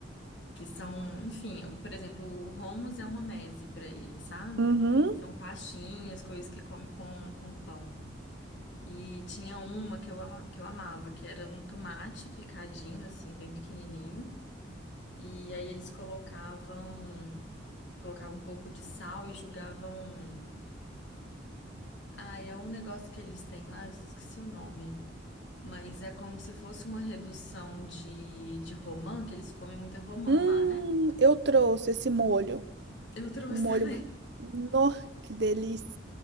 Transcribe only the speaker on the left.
que são, enfim, o- por exemplo, o hummus é uma meze para ele, sabe?
São pastinhas, coisas que come com, com pão. E tinha uma que eu, ama- que eu amava, que era um tomate picadinho, assim, bem pequenininho. E aí eles colocavam, colocavam um pouco de sal e jogavam. Ah, é um negócio que eles têm lá, eu esqueci o nome. Mas é como se fosse uma redução de, de romã, que eles comem muita romã
lá, né?
Eu trouxe
também. <laughs>